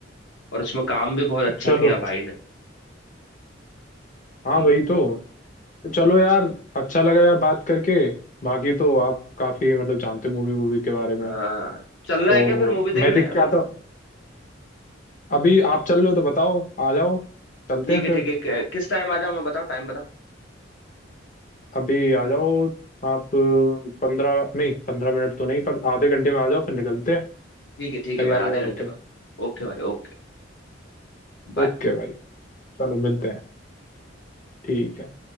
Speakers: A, on the left (about 70°); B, on the left (about 40°).
A: और उसमें काम भी बहुत अच्छा
B: चलो
A: किया भाई ने
B: हाँ
A: हम्म,
B: वही तो तो चलो यार अच्छा लगा यार बात करके बाकी तो आप काफी मतलब जानते मूवी मूवी के बारे में
A: आ,
B: तो
A: चलना है क्या फिर मूवी
B: मैं
A: देखने
B: देख
A: अभी
B: के आता हूँ अभी आप चल रहे हो तो बताओ आ जाओ चलते
A: ठीक
B: हैं
A: है
B: फिर
A: ठीक है क- किस टाइम आ जाओ मैं बताओ टाइम बताओ
B: अभी आ जाओ आप पंद्रह नहीं पंद्रह मिनट तो नहीं पर आधे घंटे में आ जाओ फिर निकलते हैं
A: ठीक है ठीक
B: तैयार
A: है भाई आधे
B: वैयार होके
A: घंटे बाद ओके भाई ओके बाय।
B: ओके भाई चलो मिलते हैं ठीक है